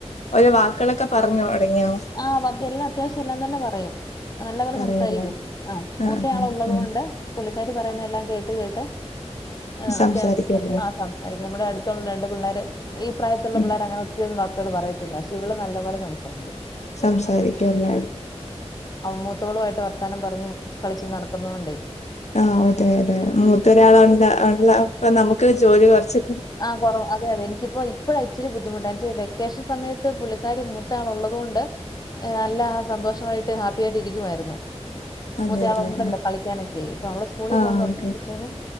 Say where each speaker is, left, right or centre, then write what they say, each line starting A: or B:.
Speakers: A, on the left; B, on the left.
A: ഒരു വാക്കെളൊക്കെ പറഞ്ഞു തുടങ്ങിയോ
B: ആ വാക്കെല്ലാം അത്തിയാവഷിം എല്ലാംന്നെല്ലാം പറയും നല്ല പോലെ
A: പറയല്ലേ
B: സംസാരിക്കും ആ
A: ആഹ്
B: മൂത്തയാള്
A: ആഹ്
B: ഉള്ളത്
A: ആഹ്
B: കൊണ്ട് പുള്ളിക്കാരി പറയുന്നതെല്ലാം കേട്ട് അത് കേട്ട് ആ
A: സംസാരിക്കുവല്ലേ
B: അത്ത്യവാഷിം ആ സംസാരിക്കും നമ്മുടെ അടുത്തുള്ള രണ്ട് പിള്ളേര് ഈ പ്രായത്തിലുള്ള
A: ഉം
B: പിള്ളേർ അങ്ങനെ ഒത്തിരി വാക്കുകളൊന്നും പറയത്തില്ല പക്ഷേ ഇവൾ നല്ല പോലെ സംസാരിക്കും
A: സംസാരിക്കില്ല..
B: മൂത്തവളുമായിട്ട് വർത്താനം പറഞ്ഞു കളിച്ചും നടക്കുന്നത് കൊണ്ട്
A: ആ അതെ അതെ മൂത്തരാളവുണ്ടെ അപ്പം ഞമ്മക് ജോലി കൊറച്ച്
B: ആ കുറവ അതെ അതെ എനിക്ക് ഇപ്പഴാ ഇച്ചിരി ബുദ്ധിമുട്ട് പക്ഷേ വെക്കെ സമയത്ത് പുള്ളിക്കാരി മൂത്തയാൾ ഉള്ളത് കൊണ്ട് ങ്‌ നല്ല സന്തോഷയിട്ട് ഹാപ്പിയായിട്ട് ഇരിക്കുമായിരുന്നു
A: അതെല്ലേ
B: മൂത്തയാൾ ഉണ്ടല്ലോ കളിക്കാനൊക്കെ ഇപ്പം അവൾ സ്കൂളിൽ
A: ആഹ്
B: പോവാൻ തൊടങ്ങിയപ്പോത്തേക്കും
A: ഓക്കെ